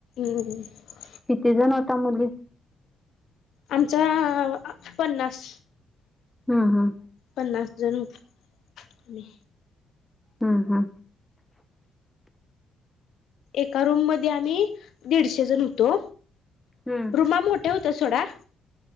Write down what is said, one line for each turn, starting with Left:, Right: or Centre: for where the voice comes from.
Left: ह ह.
Centre: किती जण होता मुली
Left: आमच्या अ पन्नास.
Centre: हम् हम्
Left: पन्नास जन होतो ह.
Centre: हा हा.
Left: एका रूम मध्ये आम्ही दीडशे जण होतो.
Centre: हम्म
Left: रुमा मोठ्या हुत्या सोडा.